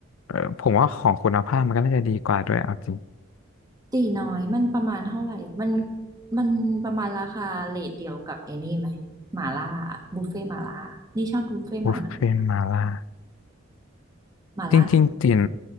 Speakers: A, on the left; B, on the right.
A: เออผมว่าของคุณภาพมันก็น่าจะดีกว่าด้วยเอาจริง
B: ตีน้อยมันประมาณเท่าไหร่มันมันประมาณราคาเรทเดียวกับไอ้นี่ไหมหม่าล่าบุฟเฟ่หม่าล่านี่ชอบบุฟเฟ่หม่าล่า
A: บุฟเฟ่ต์มาล่า
B: หม่าล่า
A: จริงๆตี๋น